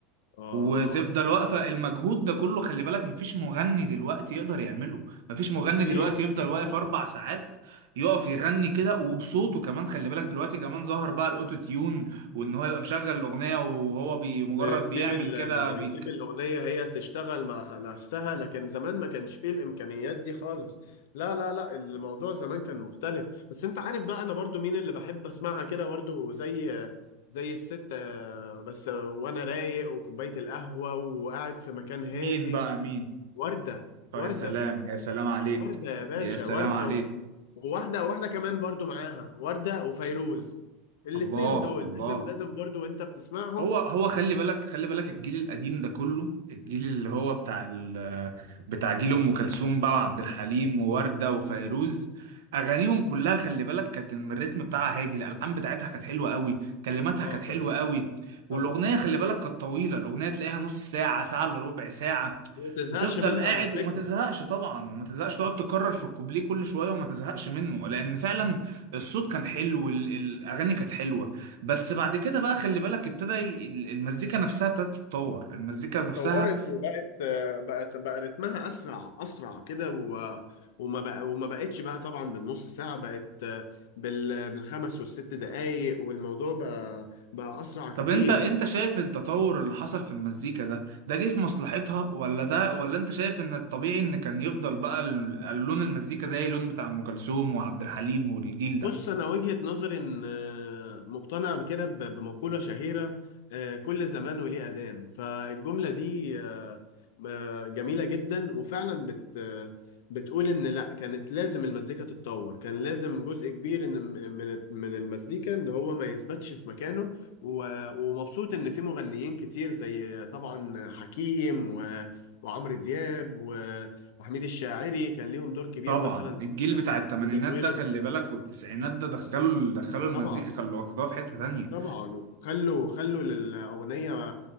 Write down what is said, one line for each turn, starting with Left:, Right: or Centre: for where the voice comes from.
Left: اه
Right: وتفضل
Left: اه
Right: واقفة
Left: اه
Right: المجهود ده كله خلي بالك مفيش مغني دلوقتي يقدر يعمله مفيش مغني
Left: ما فيش
Right: دلوقتي يفضل
Left: ما
Right: واقف
Left: فيش
Right: أربع ساعات يقف يغني كده وبصوته كمان خلي بالك دلوقتي كمان ظهر بقى الأوتو تيون وإن هو يبقى مشغل الأغنية وهو بي مجرد
Left: ويسيب
Right: بيعمل
Left: ال
Right: كده
Left: ويسيب
Right: بيك...
Left: الأغنية هي تشتغل مع نفسها لكن زمان ما كانش فيه الإمكانيات دي خالص لا لا لا الموضوع زمان كان مختلف بس أنت عارف بقى أنا برضو مين اللي بحب أسمعها كده برضو زي زي الست آه، بس وأنا رايق وكوباية القهوة وقاعد في مكان هادي
Right: مين بقى مين
Left: وردة
Right: طب
Left: وردة
Right: يا سلام يا سلام عليك
Left: وردة يا باشا
Right: يا سلام
Left: وردة
Right: عليك
Left: و... وواحدة واحدة كمان برضو معاها وردة وفيروز الاتنين
Right: الله
Left: دول
Right: الله
Left: لازم لازم برضو وانت بتسمعهم
Right: هو هو خلي بالك خلي بالك الجيل القديم ده كله الجيل اللي هو بتاع ال بتاع جيل ام كلثوم بقى وعبد الحليم ووردة وفيروز اغانيهم كلها خلي بالك كانت الريتم بتاعها هادي الالحان بتاعتها كانت حلوه قوي كلماتها
Left: اه آه،
Right: كانت
Left: طبعا
Right: حلوه قوي
Left: طبعا
Right: والاغنيه
Left: طبعا
Right: خلي بالك كانت طويله الاغنيه تلاقيها نص ساعه ساعه الا ربع ساعه
Left: وما تزهقش
Right: وتفضل
Left: منها
Right: قاعد
Left: على فكرة
Right: وما تزهقش طبعا وما تزهقش تقعد تكرر في الكوبليه كل شويه وما تزهقش منه لان فعلا الصوت كان حلو وال- الاغاني كانت حلوه بس بعد كده بقى خلي بالك ابتدى ي- المزيكا نفسها ابتدت تتطور المزيكا نفسها
Left: اتطورت وبقت آه، بقت بقى رتمها اسرع اسرع كده و... وما بقى وما بقتش بقى طبعا بالنص ساعة بقت آه، بال... بالخمس والست دقايق والموضوع بقى بقى اسرع كتير
Right: طب انت انت شايف التطور اللي حصل في المزيكا ده ده جه في مصلحتها ولا ده ولا انت شايف ان الطبيعي ان كان يفضل بقى ال- لون المزيكا زي اللون بتاع ام كلثوم وعبد الحليم والجيل
Left: بص
Right: ده
Left: انا وجهة نظري ان آه، مقتنع بكده ب- بمقولة شهيرة آه، كل زمان وليه أذان فالجملة دي آه، آه، جميلة جدا وفعلا بت آه، بتقول ان لا كانت لازم المزيكا تتطور كان لازم جزء كبير إن- من من من المزيكا ان هو ما يثبتش في مكانه و- ومبسوط ان في مغنيين كتير زي طبعا حكيم و- وعمرو دياب و- وحميد الشاعري كان ليهم دور كبير
Right: طبعا
Left: مثلا
Right: الجيل بتاع الثمانينات
Left: في تطوير
Right: ده خلي
Left: ال-
Right: بالك والتسعينات ده دخلوا دخلوا المزيكا
Left: طبعا
Right: خلوا واخدوها في حتة تانية
Left: طبعا خلوا خلوا للأغنية